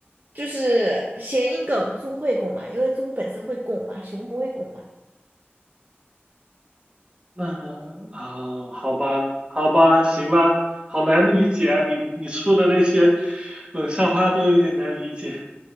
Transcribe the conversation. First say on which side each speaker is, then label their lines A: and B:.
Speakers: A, on the right (about 45°); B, on the right (about 25°).
A: 就是谐音梗，猪会拱嘛，因为猪本身会拱嘛，熊不会拱嘛。
B: 那啊，好吧，好吧，行吧，好难理解啊，你你出的那些冷笑话都有点难理解。